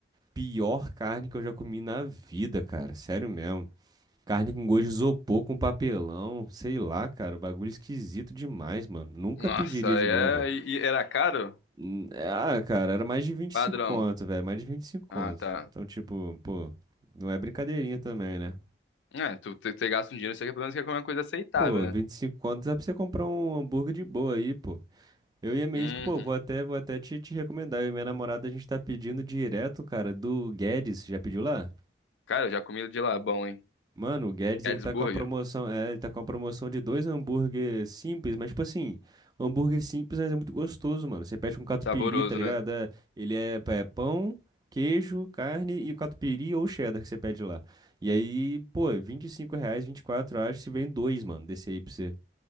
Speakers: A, on the right; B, on the left.
A: pior carne que eu já comi na vida, cara. Sério mesmo. Carne com gosto de isopor, com papelão, sei lá, cara. O bagulho esquisito demais, mano. Nunca
B: Nossa,
A: pediria de
B: é.
A: novo, velho.
B: E, e era caro?
A: Hum, Ah, cara, era mais de 25
B: Padrão.
A: conto, velho. Mais de vinte e cinco conto.
B: Ah, tá.
A: Então, tipo, pô, não é brincadeirinha também, né?
B: É, tu, tu, tu gasta um dinheiro, você quer pelo menos quer comer uma coisa aceitável,
A: Pô,
B: né?
A: 25 contos dá pra você comprar um hambúrguer de boa aí, pô. Eu e a minha
B: Uhum.
A: ex, que, pô, vou até, vou até te, te recomendar. Eu e minha namorada, a gente tá pedindo direto, cara, do Guedes. Já pediu lá?
B: Cara, eu já comi de lá, bom, hein?
A: Mano, o Guedes,
B: Gadsburger.
A: ele tá com uma promoção, é, ele tá com uma promoção de dois hambúrguer simples, mas tipo assim, o hambúrguer simples, mas é muito gostoso, mano. Você pede com catupiry,
B: Saboroso,
A: tá ligado?
B: né?
A: É, ele é, é pão, queijo, carne e catupiry ou cheddar que você pede lá. E aí, pô, é 25 reais, 24, eu acho, se vem dois, mano, desse aí pra você.